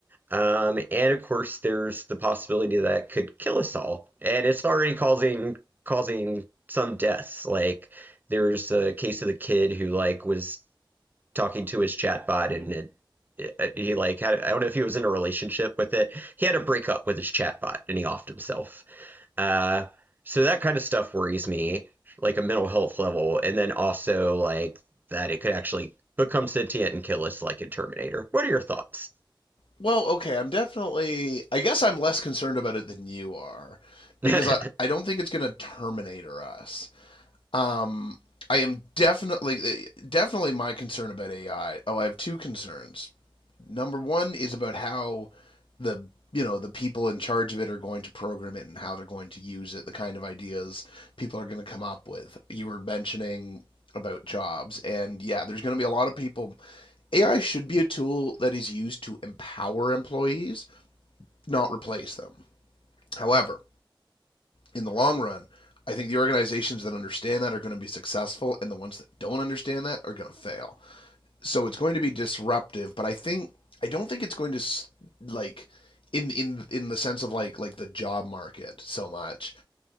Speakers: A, on the right (about 20°); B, on the left (about 85°).
A: Um, and of course, there's the possibility that it could kill us all, and it's already causing causing some deaths. Like there's a case of the kid who like was talking to his chatbot, and it, it- he like had I don't know if he was in a relationship with it. He had a breakup with his chatbot, and he offed himself. Uh, so that kind of stuff worries me, like a mental health level, and then also like that it could actually become sentient and kill us, like in Terminator. What are your thoughts?
B: Well, okay. I'm definitely. I guess I'm less concerned about it than you are, because
A: <laughs>
B: I I don't think it's going to Terminator us. Um, I am definitely eh, definitely my concern about AI. Oh, I have two concerns. Number one is about how the you know the people in charge of it are going to program it and how they're going to use it, the kind of ideas people are going to come up with. You were mentioning about jobs, and yeah, there's going to be a lot of people. AI should be a tool that is used to empower employees, not replace them. However, in the long run, I think the organizations that understand that are going to be successful, and the ones that don't understand that are going to fail so it's going to be disruptive, but I think I don't think it's going to like in in in the sense of like like the job market so much.